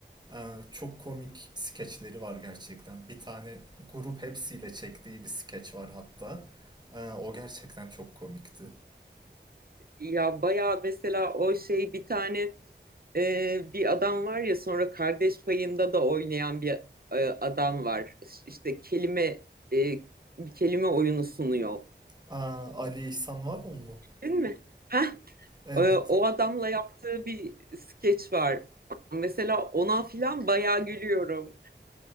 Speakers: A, on the right; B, on the right.
A: Ee, çok komik skeçleri var gerçekten. Bir tane grup hepsiyle çektiği bir skeç var hatta. Ee, o gerçekten çok komikti.
B: Ya bayağı mesela o şey bir tane e, bir adam var ya sonra Kardeş Payı'nda da oynayan bir e, adam var. İş- İşte kelime e, bir kelime oyunu sunuyor.
A: Aa, Ali İhsan var o mu?
B: Değil mi? Heh,
A: Evet.
B: e, o adamla yaptığı bir skeç var. Mesela ona filan bayağı gülüyorum.